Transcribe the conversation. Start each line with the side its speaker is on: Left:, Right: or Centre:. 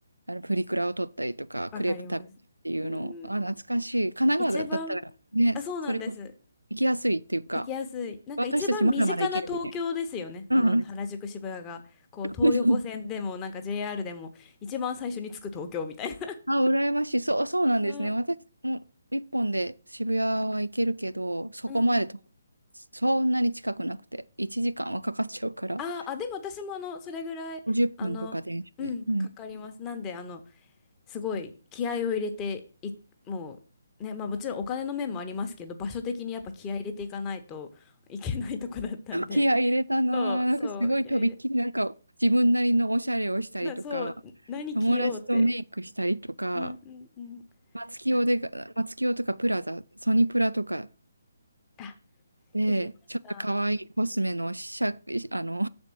Right: あの、プリクラを撮ったりとか、
Left: わかります。
Right: クレープ食べてっていうのを、
Left: うん、
Right: あ、懐かしい。神奈川だったらね、
Left: 一番、あ、そうなんです。
Right: それこそ行きやすいっていうか、
Left: 行きやすい。なんか一番身近な東京ですよね。
Right: 私たちまだまだ行けるみたいな。
Left: あの、
Right: うん。
Left: 原宿渋谷が、こう、
Right: <laughs>
Left: 東横線でも、なんか JR でも、一番最初に着く東京みたいな。
Right: あ、羨ましい。そう、そうなんですね。
Left: そうん
Right: 私も一本で渋谷は行けるけど、そこまでと、
Left: うんうん。
Right: そんなに近くなくて、1時間はかかっちゃうから、
Left: あーあ、でも私もあの、それぐらい、
Right: 50分とか電車で。
Left: あの、うん、
Right: うん。
Left: かかります。なんで、あの、すごい気合を入れてい、もうね、まあもちろんお金の面もありますけど、場所的にやっぱ気合入れていかないといけないとこだったんで。
Right: 気合い入れたなぁ。
Left: <laughs> そうそう、
Right: なんかすごいとびっきりなんか自分なりのおしゃれをしたりとか、
Left: 気合入れ、な、そう、何着ようって。
Right: 友達とメイクしたりとか、
Left: うんうんうん。
Right: 松清で、
Left: は
Right: 松清とかプラザ、ソニプラとか
Left: あ、
Right: で、
Left: 言えました。
Right: ちょっと可愛いコスメの試写、あの、